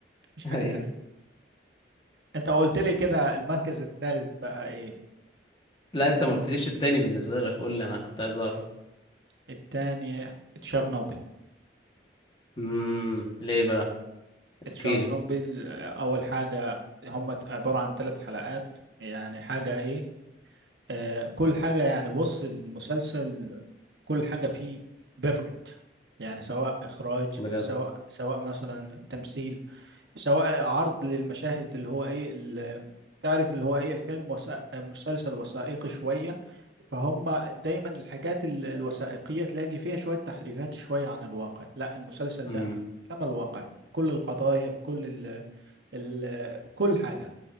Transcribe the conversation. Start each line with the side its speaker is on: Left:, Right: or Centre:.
Right: مفيش
Left: ايوه
Right: حاجة تانية انت قلت لي كده المركز الثالث بقى ايه
Left: لا انت ما قلتليش التاني بالنسبة لك قول لي انا كنت عايز اعرف
Right: الثاني تشيرنوبل
Left: امم ليه بقى
Right: تشيرنوبل
Left: احكي لي
Right: آه، اول حاجة هم عبارة عن ثلاث حلقات يعني حاجة ايه آه كل حاجة يعني بص المسلسل كل حاجة فيه بيرفكت يعني سواء اخراج
Left: بجد
Right: سواء سواء مثلا تمثيل سواء عرض للمشاهد اللي هو ايه ال- تعرف اللي هو ايه فيلم وثائق مسلسل وثائقي شوية فهم دايما الحاجات ال- الوثائقية تلاقي فيها شوية تحريفات شوية عن الواقع لا المسلسل
Left: امم
Right: ده كما الواقع في كل القضايا في كل ال ال كل حاجة